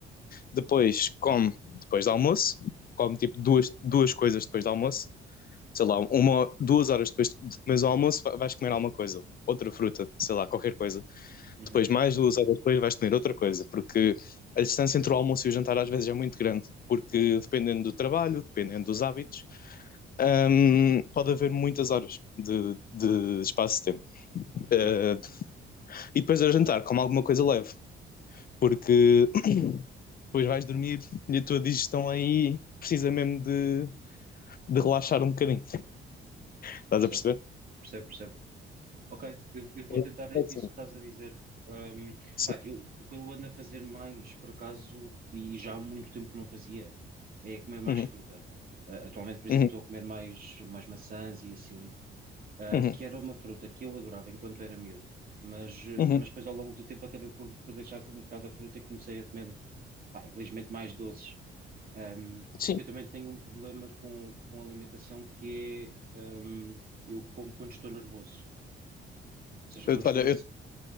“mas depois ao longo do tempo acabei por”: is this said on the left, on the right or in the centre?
Right